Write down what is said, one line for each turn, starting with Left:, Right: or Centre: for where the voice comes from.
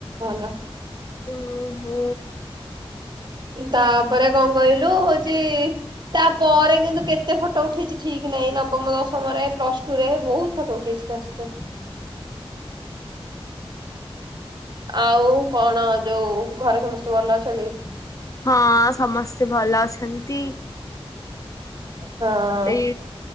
Right: ଭଲ
Left: ଓ ହୋ
Right: ତାପରେ କଣ କହିଲୁ ହଉଛି ତାପରେ କିନ୍ତୁ କେତେ ଫଟୋ ଉଠେଇଛି ଠିକ ନାଇଁ ନବମ ଦଶମ ରେ ପ୍ଲସ ଟୁ ରେ ବହୁତ ଫଟୋ ଉଠେଇଛି। ତାସ୍ତ ଆଉ କଣ ଯୋଉ ଘରେ ସମସ୍ତେ ଭଲ ଅଛନ୍ତି।
Left: ହଁ ସମସ୍ତେ ଭଲ ଅଛନ୍ତି।
Right: ହଁ
Left: ଏଇ